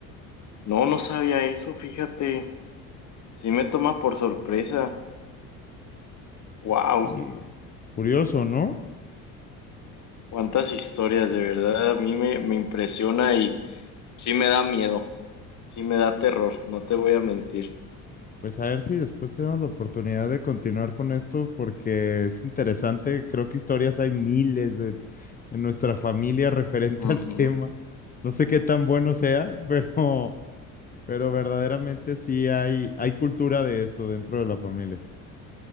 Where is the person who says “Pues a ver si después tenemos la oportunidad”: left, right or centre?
Left